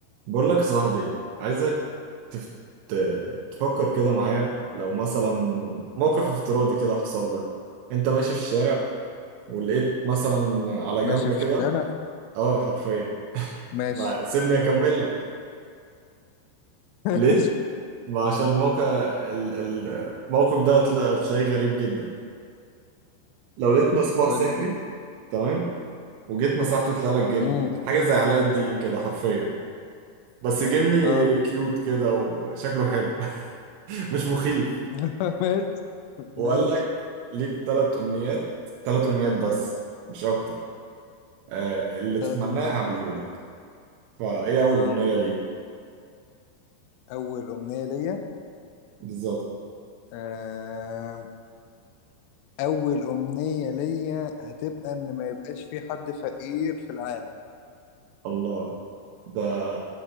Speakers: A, on the right (about 80°); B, on the left (about 85°).
A: بقول لك يا صاحبي عايزك تفت... تفكر كده معايا لو مثلا موقف افتراضي كده حصل لك انت ماشي في الشارع ولقيت مثلا على
B: ماشي
A: جنب كده
B: في الشارع
A: اه حرفيا
B: ماشي
A: ما سيبني اكمل لك
B: <laughs>
A: لقيت
B: ماشي
A: ما عشان الموقع ال- ال- الموقف ده هتلا- هتلاقيه غريب جدا لو لقيت مصباح
B: قول
A: سحري تمام وجيت مسحته طلع لك جني
B: امم
A: حاجة زي علاء الدين كده حرفيا بس جني
B: اه
A: كيوت كده وشكله حلو <laughs> مش مخيف
B: <laughs> ماشي
A: وقال
B: ماشي
A: لك ليك ثلاث امنيات ثلاث امنيات بس مش اكتر آه اللي تتمناه
B: ثلاث امنيات
A: هعمله لك فايه اول
B: اه
A: امنية ليك
B: اول امنية ليا
A: بالظبط
B: آه. اول امنية ليا هتبقى ان ما يبقاش في حد فقير في العالم
A: الله ده